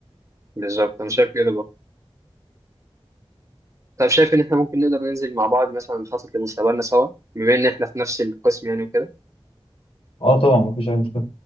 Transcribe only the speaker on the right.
بالظبط انا شايف كده برضه طب شايف ان احنا ممكن نقدر ننزل مع بعض مثلا نخطط لمستقبلنا سوا بما ان احنا في نفس القسم يعني وكده